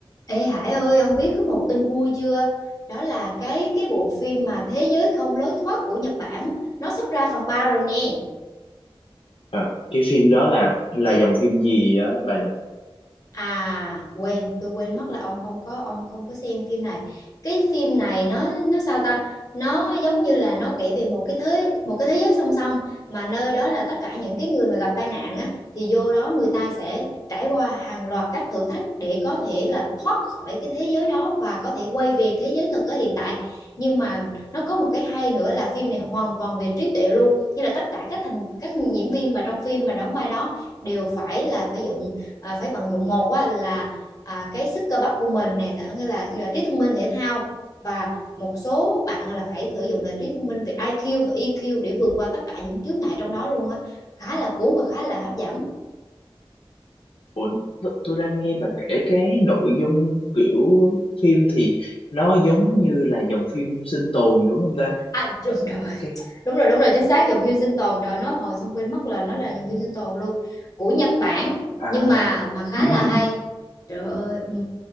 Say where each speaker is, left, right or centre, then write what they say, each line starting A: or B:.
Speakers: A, on the left; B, on the left.
A: Ê Hải ơi, ông biết có một tin vui chưa? Đó là cái cái bộ phim mà Thế giới không lối thoát của Nhật Bản, nó sắp ra phần 3 rồi nè.
B: Ờ, cái phim đó là là dòng phim gì á bà nhỉ?
A: À quên, tôi quên mất là ông không có ông không có xem phim này. Cái phim này nó nó sao ta? Nó giống như là nó kể về một cái thế một cái thế giới song song mà nơi đó là tất cả những cái người mà gặp tai nạn á thì vô đó người ta sẽ trải qua hàng loạt các thử thách để có thể là thoát khỏi cái thế giới đó và có thể quay về thế giới thực ở hiện tại. Nhưng mà nó có một cái hay nữa là phim này hoàn toàn về trí tuệ luôn. Như là tất cả các thành các diễn viên mà trong phim mà đóng vai đó đều phải là phải dùng à, phải vận dụng một á, là à, cái sức cơ bắp của mình nè tức nghĩa là, là trí thông minh thể thao và một số bạn là phải sử dụng là trí thông minh về IQ và EQ để vượt qua tất cả những chướng ngại trong đó luôn á khá là cuốn và khá là hấp dẫn
B: Ủa, tôi, tôi đang nghe bà kể cái nội dung kiểu phim thì nó giống như là dòng phim sinh tồn đúng không ta?
A: à, đúng rồi
B: Cái
A: đúng rồi đúng rồi chính xác dòng phim sinh tồn trời nói hồi xong quên mất là nó là dòng phim sinh tồn luôn của Nhật Bản
B: à
A: nhưng mà mà khá
B: ừm,
A: là hay trời ơi ừ.